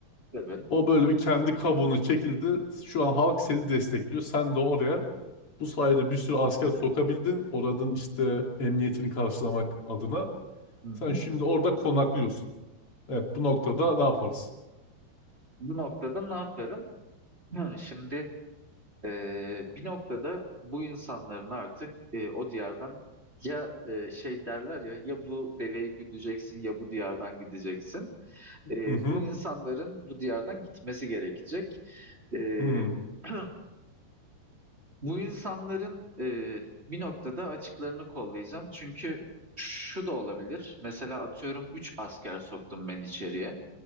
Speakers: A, on the right (about 15°); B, on the left (about 35°).
A: Tabii.
B: O böyle bir kendi kabuğuna çekildi. Şu an halk seni destekliyor. Sen de oraya bu sayede bir sürü asker sokabildin. Oradan işte emniyetini karşılamak adına.
A: Hı hı.
B: Sen şimdi orada konaklıyorsun. Evet bu noktada ne yaparız?
A: Bu noktada ne yaparım? Yani şimdi e, bir noktada bu insanların artık e, o diyardan ya e, şey derler ya ya bu deveyi gideceksin ya bu diyardan gideceksin. E,
B: Hı hı.
A: bu insanların bu diyardan gitmesi gerekecek. E,
B: Hı hı.
A: <clears throat> Bu insanların e, bir noktada açıklarını kollayacağım. Çünkü şu da olabilir. Mesela atıyorum 3 asker soktum ben içeriye.